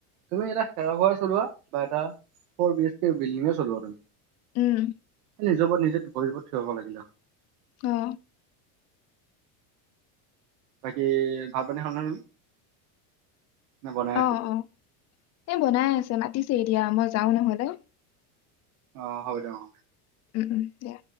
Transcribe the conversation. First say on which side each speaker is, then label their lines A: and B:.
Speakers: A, on the right; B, on the left.
A: তুমি এৰা খেৰ ঘৰ চলোৱা বা এটা ফৰ বিএচ কে বিল্ডিঙ চলোৱা,
B: উম
A: নিজৰ ওপৰত নিজে ভৰি ওপৰত থিয় হব লাগিলে
B: অ
A: বাকি ভাত পানী খালা নে নে বনাই আছে?
B: অ অ এই বনাই আছে মাটি। দি দিয়া মই যাও নহ'লে,
A: অ হ'ব দে অ।
B: উ উম দিয়া।